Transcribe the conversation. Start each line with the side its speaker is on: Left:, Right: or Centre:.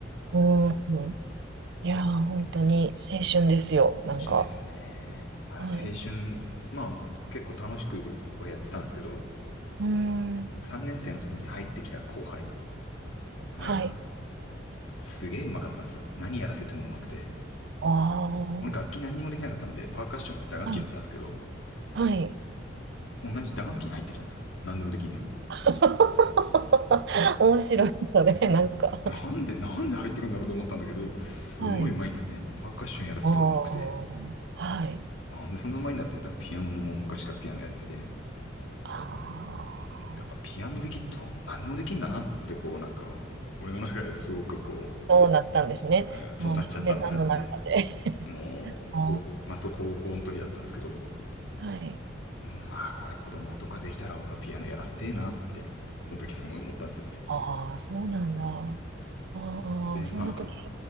Right: うん。うんいやー、本当に青春ですよ、
Left: うん
Right: なんか。
Left: 旬ですよね。まあ、
Right: はい。
Left: 青春、まあ、結構楽しくはやってたんですけど、
Right: うん。
Left: 3年生の時に入ってきた後輩が、
Right: はい。
Left: すげえうまかったんですよ。何やらせてもうまくて。
Right: ああ。
Left: 俺楽器何にもできなかったんで、パーカッションって打楽器やってたんですけど、
Right: はい。はい。
Left: 同じ打楽器に入ってきたんですよ。何でもできんのに。
Right: <laughs> 面白い、それ、
Left: <laughs>
Right: なんか。
Left: なんで、なんで入ってくんだろうと思ったんだけど、すごいうまいんですよね。
Right: はい。
Left: パーカッションやらせてもうまくて。
Right: ああ。はい。
Left: なんでそんなうまいんだって言ったらピアノも昔からピアノやってて、
Right: ああ、
Left: やっぱピアノできっと何でもできんだなってこうなんか、俺の中ですごくこう、
Right: そうなったんですね。
Left: えーそうなっちゃったのがあって、
Right: うん、翔平さんの中で。
Left: もう、
Right: <laughs> あ
Left: こう、まあそう高校の時だったんですけど、
Right: あ、はい。
Left: うんまあ、これ子供とかできたら俺はピアノやらせてえなって、その時すごい思ったんですよね。
Right: ああ、そうなんだ。ああ、
Left: で、
Right: そんな時、
Left: まあ、